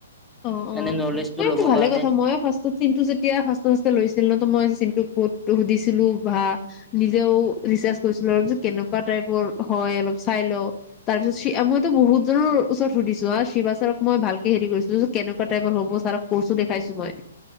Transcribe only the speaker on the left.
অ,
অ।
মানে
এইটো ভালে
কথা। মইও ফাৰ্ষ্টত চিনটো যেতিয়া ফাষ্টত ফাষ্টত লৈছিল ন ত মই চিনটো কডটো সুধিছিলো বা নিজেও ৰিচাৰ্জ কৰিছিলো আৰু যে কেনেকা কুৱা টাইপৰ হয় অলপ চাই লও। তাৰ পিছত মইতো বহুত জনৰ ওচৰত সুধিছো হা শি <unintelligible> ক মই ভালকে হেৰি কৰিছো যে কেনেকোৱা টাইপৰ হ'ব? ছাৰক কৰছো দেখাইছো মই